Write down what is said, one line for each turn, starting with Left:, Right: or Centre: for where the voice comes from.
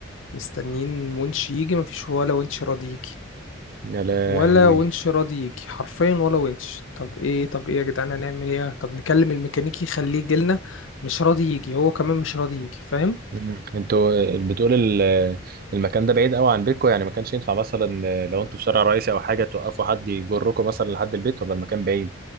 Left: مستنيين ونش يجي مفيش ولا ونش راضي يجي
Right: يا لهوي
Left: ولا ونش راضي يجي حرفيا ولا ونش طب ايه طب ايه يا جدعان هنعمل ايه طب نكلم الميكانيكي يخليه يجيلنا مش راضي يجي هو كمان مش راضي يجي فاهم
Right: مم. انتوا بتقول ال- المكان ده بعيد قوي عن بيتكم يعني ما كانش ينفع مثلا لو انتوا في شارع رئيسي او حاجه توقفوا حد يجركم مثلا لحد البيت ولا المكان بعيد